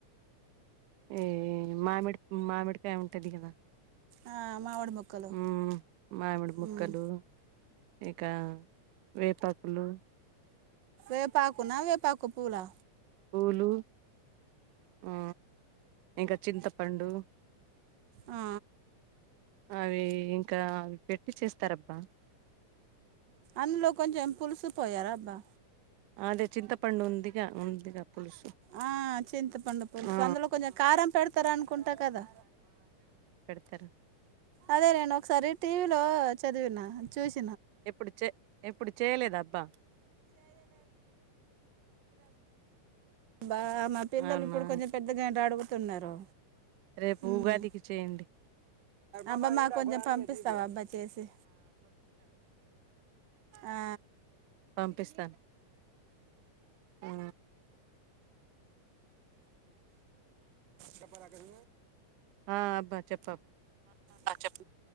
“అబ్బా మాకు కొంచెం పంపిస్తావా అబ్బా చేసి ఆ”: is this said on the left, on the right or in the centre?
Right